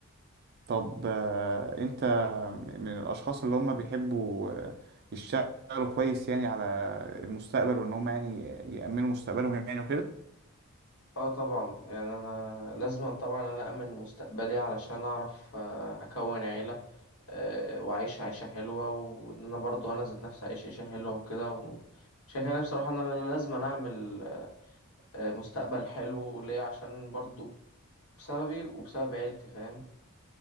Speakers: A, on the right (about 45°); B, on the left (about 70°).
A: طب آه، انت من الاشخاص اللي هم بيحبوا آه، يشتغلوا كويس يعني على المستقبل وان هم يعني يأمنوا مستقبلهم يعني
B: اه طبعا يعني انا لازم طبعا انا امن مستقبلي علشان اعرف آه، اكون عيلة آه، واعيش عيشة حلوة وان انا برضو انا ذات نفسي اعيش عيشة حلوة وكده و... شايف يعني بصراحة ان انا لازم اعمل آه، مستقبل حلو ليه عشان برضو بسببي وبسبب عيلتي فاهم